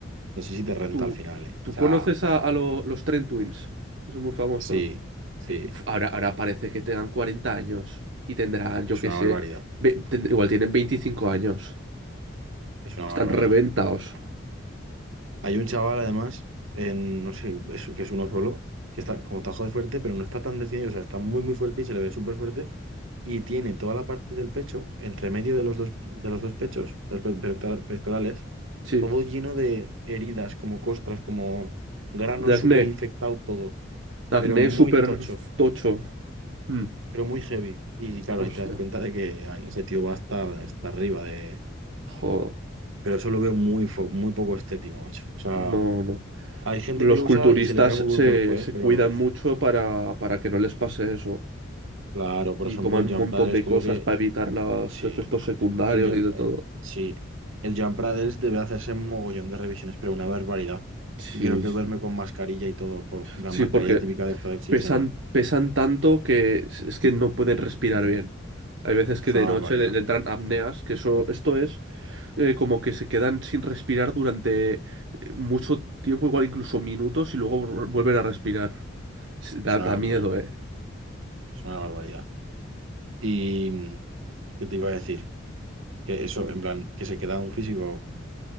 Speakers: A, on the right (about 85°); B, on the right (about 70°).
A: no sé si te renta
B: ¿Tú,
A: al final, ¿eh? O
B: tú
A: sea,
B: conoces a, a lo- los Trent Twins? Que Son muy famosos.
A: sí, sí,
B: Uf, Ahora, ahora parece que tengan 40 años y tendrán, yo
A: es
B: qué
A: una
B: sé,
A: barbaridad,
B: ve- tend- igual tienen 25 años.
A: es una
B: Están
A: barbaridad.
B: reventados.
A: Hay un chaval además, en, no sé, es- que es uno solo, que está como tajo de fuerte, pero no está tan definido, o sea, está muy, muy fuerte y se le ve súper fuerte y tiene toda la parte del pecho, entre medio de los dos, de los dos pechos, los pe- pectora- pectorales
B: Sí,
A: todo lleno de heridas, como costras, como granos
B: de acné.
A: súper infectado todo,
B: Acné
A: pero muy
B: súper
A: tocho,
B: tocho. Mm,
A: pero muy heavy. Y claro,
B: Hostia.
A: ahí te das cuenta de que ay, ese tío va hasta, hasta arriba de...
B: Joder.
A: Pero eso lo veo muy, fo- muy poco estético, macho. O sea,
B: No, no.
A: hay gente
B: Los
A: que lo
B: culturistas
A: usa y se le queda muy buen
B: se,
A: cuerpo, ¿eh?
B: se
A: Pero
B: cuidan mucho para, para que no les pase eso.
A: claro, por
B: Y
A: ejemplo,
B: toman
A: el
B: un
A: Jump
B: montón
A: Brothers
B: de
A: creo
B: cosas
A: que
B: para evitar los
A: sí.
B: efectos secundarios
A: El, Ju-
B: y de
A: eh,
B: todo.
A: sí. El Jump Brothers debe hacerse mogollón de revisiones, pero una barbaridad.
B: Sí,
A: Y creo que
B: sí.
A: duerme con mascarilla y todo, por la
B: Sí,
A: mascarilla
B: porque
A: típica de estado de oxígeno.
B: pesan, pesan tanto que es es que no pueden respirar bien. Hay veces
A: Es
B: que de
A: una barbaridad,
B: noche le, le entran apneas, que eso, esto es eh, como que se quedan sin respirar durante eh, mucho tiempo, igual incluso minutos, y luego vu- vuelven a respirar. Sí, Da,
A: es una
B: da
A: locura,
B: miedo, ¿eh?
A: es una barbaridad. Y mm, qué te iba a decir, que eso, en plan, que se queda un físico